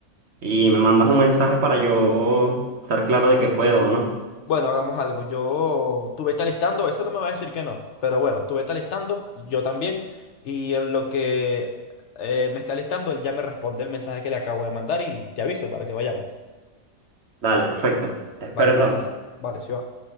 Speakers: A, on the right; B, on the left.
A: y me mandas un mensaje para yo estar claro de que puedo o no.
B: Bueno, hagamos algo. Yo, tú vete alistando, eso no me va a decir que no, pero bueno, tú vete alistando, yo también, y en lo que eh, me está alistando, él ya me responde el mensaje que le acabo de mandar y te aviso para que vayamos.
A: Dale, perfecto. Te espero
B: Vale,
A: entonces.
B: perfecto. Vale, sí va.